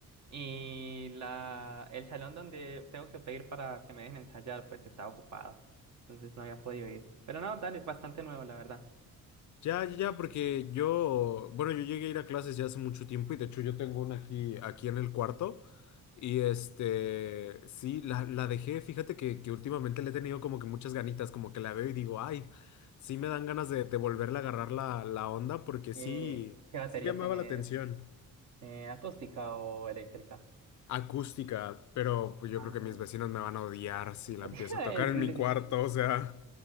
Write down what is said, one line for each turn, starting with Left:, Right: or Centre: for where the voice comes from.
Right: Y la, el salón donde tengo que pedir para que me dejen ensayar, pues estaba ocupado. Entonces no había podido ir. Pero no, dale, bastante nuevo, la verdad.
Left: Ya, ya, ya, porque yo, bueno, yo llegué a ir a clases ya hace mucho tiempo y de hecho yo tengo una aquí, aquí en el cuarto. Y este, sí, la, la dejé, fíjate que, que últimamente le he tenido como que muchas ganitas, como que la veo y digo, ay, sí me dan ganas de, de volverle a agarrar la, la onda porque
Right: Eh,
Left: sí,
Right: ¿qué batería
Left: sí llamaba
Right: tenés?
Left: la atención.
Right: Eh, ¿acústica o eléctrica?
Left: Acústica, pero pues, yo
Right: Ah,
Left: creo que mis
Right: uy,
Left: vecinos me van a odiar si
Right: eso
Left: la empiezo
Right: te iba
Left: a tocar
Right: a <laughs>
Left: en
Right: Sí,
Left: mi
Right: decir,
Left: cuarto,
Right: sí,
Left: o sea.